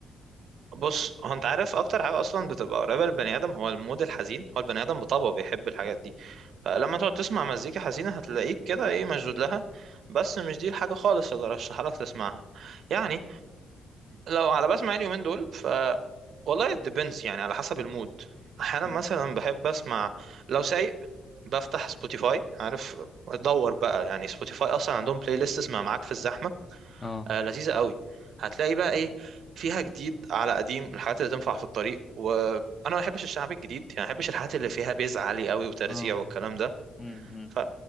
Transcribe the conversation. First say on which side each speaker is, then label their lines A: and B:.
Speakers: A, on the right; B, on the left.
A: بص هو انت عارف اكتر حاجه اصلا بتبقى قريبه للبني ادم هو المود الحزين هو البني ادم بطبعه بيحب الحاجات دي فلما تقعد تسمع مزيكا حزينه هتلاقيك كده ايه مشدود لها بس مش دي الحاجه خالص اللي رشحها لك تسمعها يعني لو على بسمع إيه اليومين دول ف والله ديبنس يعني على حسب المود احيانا
B: مم.
A: مثلا بحب اسمع لو سايق بفتح سبوتيفاي عارف ادور بقى يعني سبوتيفاي اصلا عندهم بلاي ليست اسمها معاك في الزحمه
B: اه
A: آه، لذيذة قوي هتلاقي بقى ايه فيها جديد على قديم الحاجات اللي تنفع في الطريق وانا ما بحبش الشعب الجديد يعني ما بحبش الحاجات اللي فيها بيز عالي قوي وترزيع
B: اه
A: والكلام ده
B: امم
A: ف